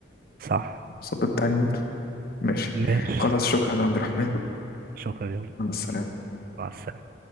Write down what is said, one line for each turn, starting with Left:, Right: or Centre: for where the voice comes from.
Right: صح
Left: الصوت بتاع النيل ماشي
Right: ماشي
Left: خلاص شكرا يا عبد الرحمن
Right: شكرا يا
Left: مع السلامة
Right: مع السلامة